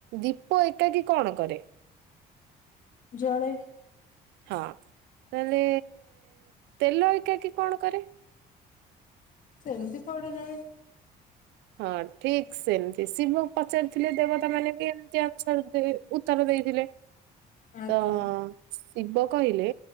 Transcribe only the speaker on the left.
ଜଳେ।
ସେମତି ପଡି଼ରହେ।
ଆଜ୍ଞା